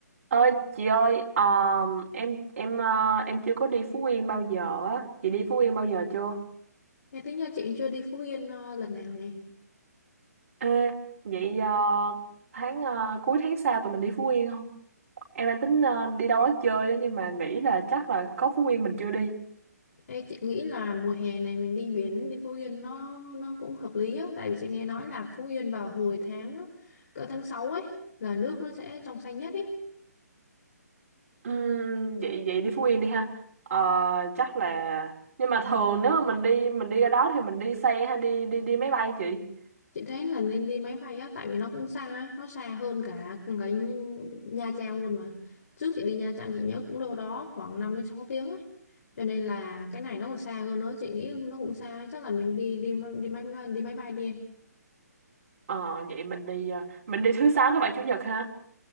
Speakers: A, on the right; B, on the left.
A: ơi chị ơi um, em em ờ, em chưa có đi Phú Yên bao giờ á chị đi Phú Yên bao giờ chưa
B: Nghe tính ra chị chưa đi Phú Yên ờ, lần nào nè.
A: Ê, vậy ờ, tháng ờ, cuối tháng sau tụi mình đi Phú Yên không em đang tính ờ, đi đâu đó chơi đó nhưng mà nghĩ là chắc là có Phú Yên mình chưa đi
B: Ê, chị nghĩ là mùa hè này mình đi biển đi Phú Yên nó nó cũng hợp lý á, tại vì chị nghe nói là Phú Yên vào hồi tháng cỡ tháng 6 ấy là nước nó sẽ trong xanh nhất ấy.
A: Ừm, vậy vậy đi Phú Yên đi ha Ờ, chắc là nhưng mà thường nếu mà mình đi mình đi ra đó thì mình đi xe hay đi đi đi máy bay chị
B: Chị thấy là nên đi máy bay á, tại vì nó cũng xa, á, nó xa hơn cả cái Nha Trang luôn mà. Trước chị đi Nha Trang chị nhớ cũng đâu đó khoảng 5 đến 6 tiếng ấy. Cho nên là cái này nó còn xa hơn nữa, chị nghĩ nó cũng xa, chắc là mình đi đi đi máy đi máy bay đi em.
A: Ờ, vậy mình đi ờ, mình đi thứ sáu thứ bảy chủ nhật ha